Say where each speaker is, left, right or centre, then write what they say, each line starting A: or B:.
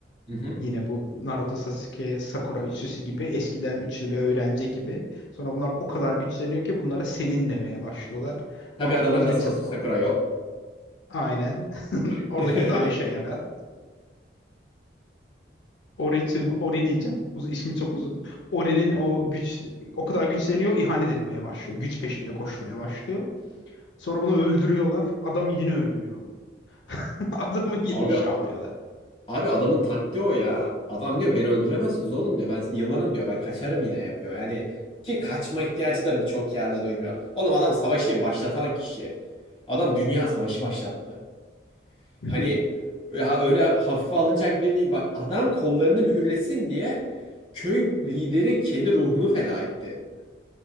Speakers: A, on the left; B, on the left.
A: Hı hı.
B: Yine bu Naruto, Sasuke, Sakura üçlüsü gibi eskiden üçlü bir öğrenci gibi. Sonra bunlar o kadar güçleniyor ki bunlara senin demeye başlıyorlar.
A: Tabii
B: Or-
A: aralarında
B: Orochimaru
A: Sas- Sakura yok.
B: Aynen. <laughs>
A: <laughs>
B: Oradaki daha işe yarar. Ori, tırma- Ori diyeceğim. Uz- ismi çok uzun. Ori'nin o güç o kadar güçleniyor, ihanet etmeye başlıyor. Güç peşinde koşmaya başlıyor. Sonra bunu öldürüyorlar. Adam yine ölmüyor. <laughs> Adamı yine
A: Abi
B: şey yapıyorlar.
A: abi adamın taktiği o ya. Adam diyor beni öldüremezsiniz oğlum diyor. Ben yılanım diyor. Ben kaçarım yine yapıyor. Yani ki kaçma ihtiyacı da birçok yerde duymuyor. Oğlum adam savaşı başlatan kişi. Adam dünya savaşı başlattı.
B: <laughs>
A: Hani ya öyle hafife alınacak biri değil. Bak adam kollarını mühürlesin diye köy lideri kendi ruhunu feda etti.